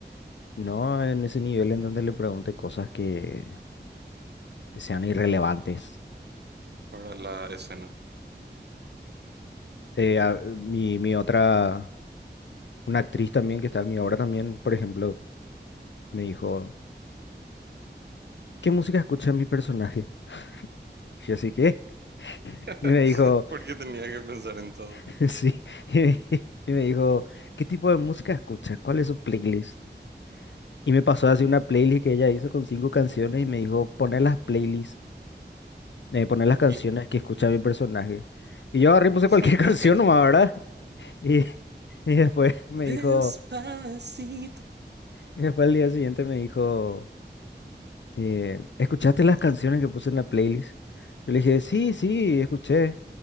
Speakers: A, on the left; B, on the right.
A: no en ese nivel en donde le pregunte cosas que, que sean irrelevantes.
B: para la escena.
A: Eh, a- mi, mi otra, una actriz también que está en mi obra también, por ejemplo, me dijo, ¿qué música escucha mi personaje? Y yo así, ¿qué? <laughs>
B: <laughs>
A: Y me dijo,
B: Porque tenía que pensar en todo.
A: <laughs> sí. Y me, y me dijo, ¿qué tipo de música escucha? ¿Cuál es su playlist? Y me pasó así una playlist que ella hizo con cinco canciones y me dijo, poner las playlists. eh, poner las canciones
B: Y
A: que escucha mi personaje. Y yo agarré y puse
B: <laughs>
A: cualquier <laughs> canción nomás, ¿verdad? Y, y después me
B: Despacito.
A: dijo, y después el día siguiente me dijo, eh, ¿escuchaste las canciones que puse en la playlist? Yo le dije, sí, sí, escuché.